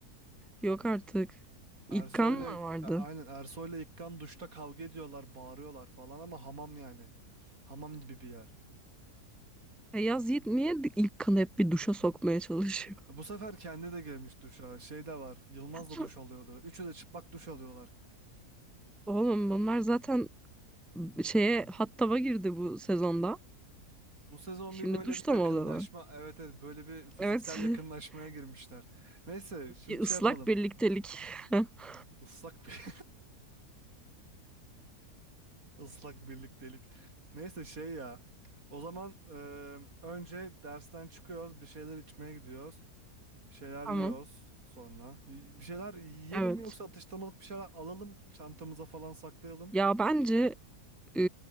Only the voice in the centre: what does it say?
Yok artık. İlk
kan mı
vardı?
Ya Yaz Yiğit niye ilk kanı hep bir duşa sokmaya çalışıyor?
<laughs>
Oğlum bunlar zaten şeye hattaba girdi bu sezonda.
Şimdi
duşta
mı oluyorlar?
Evet.
<laughs>
Bir ıslak
birliktelik. <laughs>
Tamam.
Evet.
Ya bence e,